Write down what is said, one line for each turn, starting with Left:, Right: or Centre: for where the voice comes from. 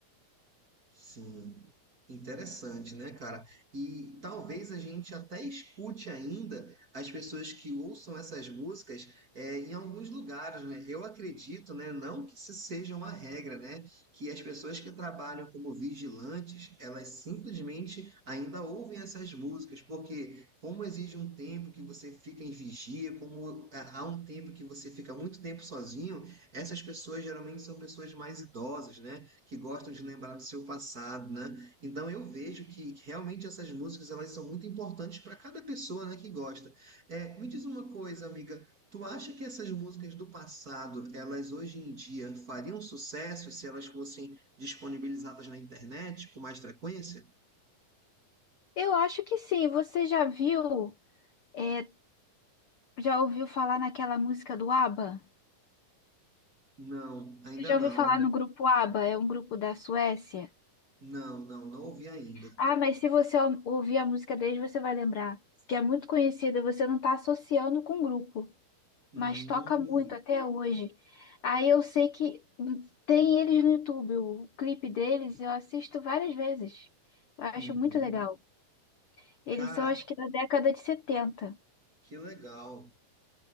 Right: Sim, interessante, né, cara? E talvez a gente até escute ainda as pessoas que ouçam essas músicas eh, em alguns lugares, né? Eu acredito, né, não que isso seja uma regra, né, que as pessoas que trabalham como vigilantes, elas simplesmente ainda ouvem essas músicas, porque como exige um tempo que você fica em vigia, como há há um tempo que você fica muito tempo sozinho, essas pessoas geralmente são pessoas mais idosas, né? que gostam de lembrar do seu passado, né? Então eu vejo que realmente essas músicas elas são muito importantes para cada pessoa, né, que gosta. É, me diz uma coisa, amiga, tu acha que essas músicas do passado, elas hoje em dia fariam sucesso se elas fossem disponibilizadas na internet com mais frequência?
Left: Eu acho que sim. Você já viu? é, Já ouviu falar naquela música do ABBA?
Right: Não, ainda
Left: Você já
Right: não.
Left: ouviu falar no grupo ABBA? É um grupo da Suécia.
Right: Não, não, não ouvi ainda.
Left: Ah, mas se você ou- ouvir a música deles, você vai lembrar. Que é muito conhecida, você não está associando com o grupo, mas
Right: Hum,
Left: toca muito até hoje. Aí eu sei que hum, tem eles no YouTube, o clipe deles eu assisto várias vezes. Eu acho
Right: uhum.
Left: muito legal. Eles
Right: Cara,
Left: são, acho que, da década de 70.
Right: que legal.